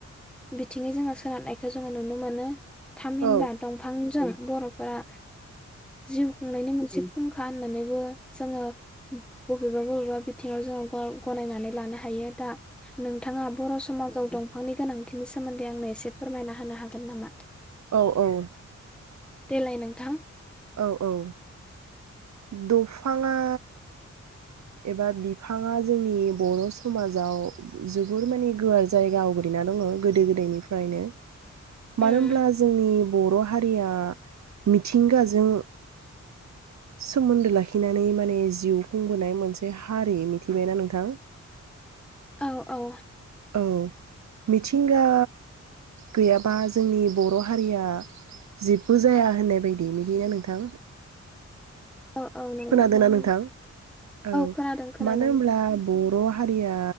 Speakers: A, in the centre; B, on the right (about 65°).
A: बिथिङै जोङो सोनारनायखौ जोङो नुनो मोनो। थामहिनबा
B: औ
A: दंफांजों बर'फोरा जिउ खुंनायनि मोनसे फुंखा होननानैबो जोङो बबेबा बबेबा बिथिङाव जोङो गनायनानै लानो हायो दा नोंथाङा बर' समाजाव दं बिफांनि गोनांथिनि सोमोन्दै आंनो एसे फोरमायना होनो हागोन नामा
B: औ औ
A: देलाय नोंथां
B: औ औ दंफांआ एबा बिफांआ जोंनि बर' समाजाव जोबोर माने गुवार जायगा आवग्रिना दङ गोदो गोदायनिफ्रायनो
A: औ
B: मानो हब्ला जोंनि बर' हारिया मिथिंगाजों सोमोन्दो लाखिनानै माने जिउ खुंबोनाय मोन मोनसे हारि मिथिबायना नोंथां
A: औ औ
B: औ मिथिंगा गैयाबा जोंनि बर' हारिया जेबो जाया होननाय बायदि बिदिना नोंथां
A: औ औ नंगौ
B: खोनादोंना
A: नंगौ
B: नोंथां औ
A: खोनादों खोनादों
B: मानो होमब्ला <unintelligible> हारिया